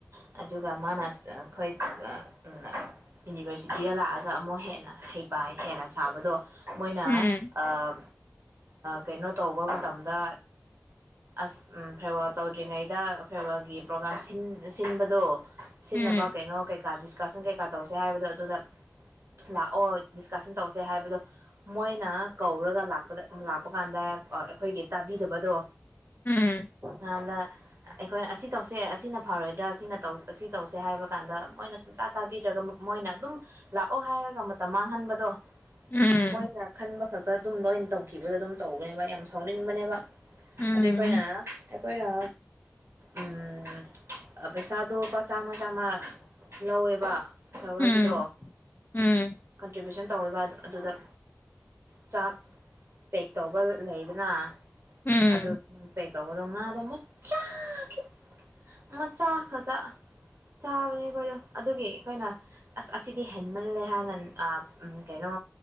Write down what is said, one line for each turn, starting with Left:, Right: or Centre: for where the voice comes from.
Right: ꯑꯗꯨ ꯑꯗꯨꯒ ꯃꯥꯅ ꯑꯁꯤꯗ ꯑꯩꯈꯣꯏ ꯑꯥ ꯑꯥ ꯌꯨꯅꯤꯚꯔꯁꯤꯇꯤꯗ ꯂꯥꯛꯑꯒ ꯑꯃꯨꯛ ꯍꯧꯟꯅ ꯍꯩ ꯄꯥ ꯍꯦꯟꯅ ꯁꯥꯕꯗꯣ ꯃꯣꯏꯅ
Left: ꯎꯝ
Right: ꯑꯥ ꯀꯩꯅꯣ ꯇꯧꯕ ꯃꯇꯝꯗ ꯑꯁ ꯎꯝ ꯐꯦꯔꯋꯦꯜ ꯇꯧꯗ꯭ꯔꯤꯉꯩꯗ ꯐꯦꯔꯋꯥꯜꯒꯤ ꯄ꯭ꯔꯣꯒꯥꯝ ꯁꯤꯟ ꯁꯤꯟꯕꯗꯣ ꯁꯤꯖꯤꯟꯅꯕ
Left: ꯎꯝ
Right: ꯀꯩꯅꯣ ꯀꯩꯀꯥ ꯗꯤꯁꯀꯁꯟ ꯀꯩꯀꯥ ꯇꯧꯁꯦ ꯍꯥꯏꯕꯗꯣ ꯑꯗꯨꯗ ꯂꯥꯛꯑꯣ ꯗꯤꯁꯀꯁꯟ ꯇꯧꯁꯦ ꯍꯥꯏꯕꯗꯣ ꯃꯣꯏꯅ ꯀꯧꯔꯒ ꯂꯥꯛꯄꯗ ꯂꯥꯛꯄ ꯀꯥꯟꯗ ꯑꯩꯈꯣꯏꯒꯤ ꯇꯥꯕꯤꯗꯕꯗꯣ
Left: ꯎꯝ
Right: ꯅꯝꯗ ꯑꯩꯈꯣꯏꯅ ꯑꯁꯤ ꯇꯧꯁꯦ ꯑꯁꯤꯅ ꯐꯔꯣꯏꯗ꯭ꯔꯥ ꯑꯁꯤꯅ ꯇꯧ ꯁꯤ ꯇꯧꯁꯦ ꯍꯥꯏꯕ ꯀꯥꯟꯗ ꯃꯣꯏꯅ ꯁꯨꯡꯇꯥ ꯇꯥꯕꯤꯗ꯭ꯔꯒ ꯃꯣꯏꯅ ꯑꯗꯨꯝ ꯂꯥꯛꯑꯣ ꯍꯥꯏꯔꯒ ꯃꯇꯝ ꯃꯥꯡꯍꯟꯕꯗꯣ
Left: ꯎꯝ
Right: ꯃꯣꯏꯅ ꯈꯟꯕ ꯈꯛꯇ ꯑꯗꯨꯝ ꯂꯣꯏ ꯇꯧꯈꯤꯕꯗ ꯑꯗꯨꯝ ꯇꯧꯕꯅꯦꯕ ꯌꯥꯝ ꯁꯥꯎꯅꯤꯡꯕꯅꯦꯕ
Left: ꯎꯝ
Right: ꯑꯗꯨ ꯑꯩꯈꯣꯏꯅ ꯑꯩꯈꯣꯏꯅ ꯎꯝ ꯄꯩ ꯁꯥꯗꯣ ꯄ ꯆꯥꯝꯃ ꯆꯥꯝꯃ ꯂꯧꯋꯦꯕ ꯐꯦꯔꯋꯦꯜꯒꯤꯗꯣ
Left: ꯎꯝ ꯎꯝ
Right: ꯀꯟꯇ꯭ꯔꯤꯕ꯭ꯌꯨꯁꯟ ꯇꯧꯕ ꯑꯗꯨꯗ ꯆꯥꯛ ꯄꯦꯛ ꯇꯧꯕ ꯂꯩꯗꯅ
Left: ꯎꯝ
Right: ꯑꯗꯨ ꯄꯦꯛ ꯇꯧꯕꯗꯣ ꯃꯨꯛ ꯈꯤꯌꯥ ꯈꯤꯠ ꯃꯆꯥ ꯈꯛꯇ ꯆꯥꯕꯅꯦ ꯑꯩꯈꯣꯏꯗꯣ ꯑꯗꯨꯒꯤ ꯑꯩꯈꯣꯏꯅ ꯑꯁ ꯑꯁꯤꯗꯤ ꯍꯦꯟꯃꯜꯂꯦ ꯍꯥꯏꯅ ꯎꯝ ꯑꯥ ꯀꯩ ꯀꯩꯅꯣ